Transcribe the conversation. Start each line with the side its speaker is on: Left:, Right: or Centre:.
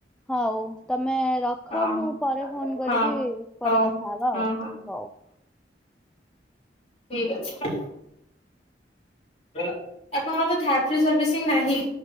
Centre: ହଉ ତମେ ରଖ
Left: ହଁ
Centre: ମୁଁ ପରେ ଫୋନ କରିବି
Left: ହଁ। ହଁ
Centre: ପରେ
Left: ହଉ
Centre: କଥା ହବ
Left: ହଁ
Centre: ଆଉ
Left: ହଁ
Centre: ହଉ।
Left: ଠିକ୍ ଅଛି। ଆପଣଙ୍କର ତ ଥ ଫି ସରଭିଶିଁ ନାହିଁ।